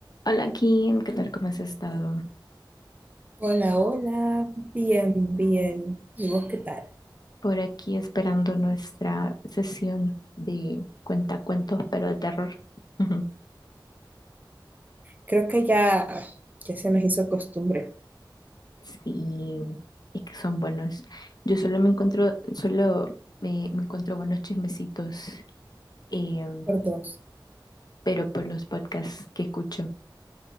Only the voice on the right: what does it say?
Hola, hola, bien, bien. ¿Y vos qué tal?
Creo que ya, ya se nos hizo costumbre
por dos.